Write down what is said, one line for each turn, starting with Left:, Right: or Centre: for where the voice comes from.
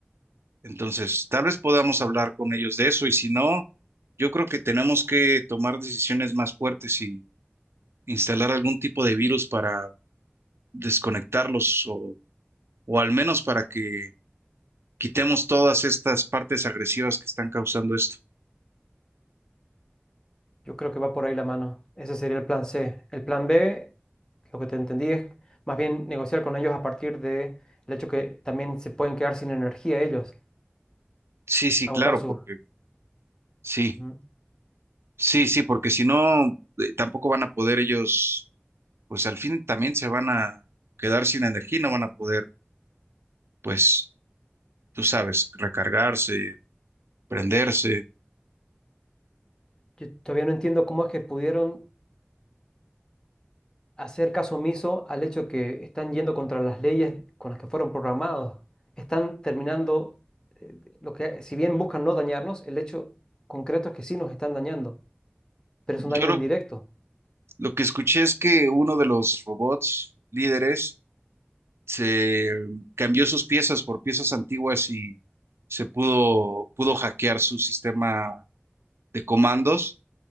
Right: Entonces, tal vez podamos hablar con ellos de eso y si no, yo creo que tenemos que tomar decisiones más fuertes y instalar algún tipo de virus para desconectarlos o, o al menos para que quitemos todas estas partes agresivas que están causando esto.
Left: Yo creo que va por ahí la mano. Ese sería el plan C. El plan B, lo que te entendí es más bien negociar con ellos a partir de el hecho que también se pueden quedar sin energía ellos,
Right: Sí, sí,
Left: agotar
Right: claro,
Left: sus.
Right: porque sí,
Left: Ujú.
Right: sí, sí, porque si no, eh, tampoco van a poder ellos, pues al fin también se van a quedar sin energía, y no van a poder, pues, tú sabes, recargarse, prenderse.
Left: Yo todavía no entiendo cómo es que pudieron hacer caso omiso al hecho que están yendo contra las leyes con las que fueron programados. Están terminando, eh, lo que, si bien buscan no dañarnos, el hecho concreto es que sí nos están dañando, pero
Right: Yo
Left: es un daño
Right: lo,
Left: indirecto.
Right: lo que escuché es que uno de los robots líderes se cambió sus piezas por piezas antiguas y se pudo, pudo hackear su sistema de comandos